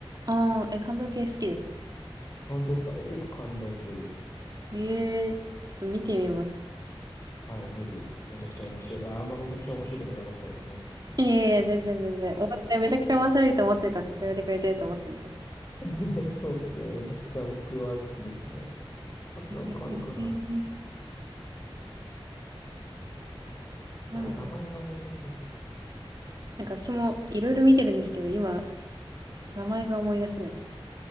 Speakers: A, on the right; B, on the left.
A: ああ、え、監督系好きです。
B: 本当ですかえ、結構感動系です。
A: ええ、ちょっと見てみます。
B: はい、ぜひ、めちゃくちゃ面白い。あ、あんまめちゃくちゃ面白いとか言わない方がいいですね。
A: いえいえ、全然全然。おもめちゃくちゃ面白いと思ってるから勧めてくれてると思ってるんで。
B: <laughs> そうですね。めちゃくちゃ僕は好きですね。あとなんかあるかな。
A: えー、なんだろう。
B: うわ、名前が思い出せない。い
A: なんか私もいろいろ見てるんですけど、今、名前が思い出せないです。